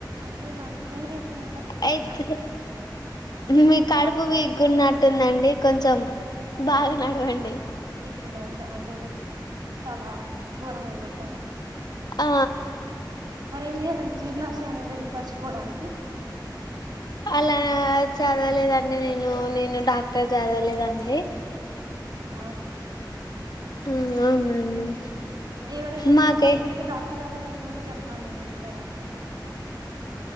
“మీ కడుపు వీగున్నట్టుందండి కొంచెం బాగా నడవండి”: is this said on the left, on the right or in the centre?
Left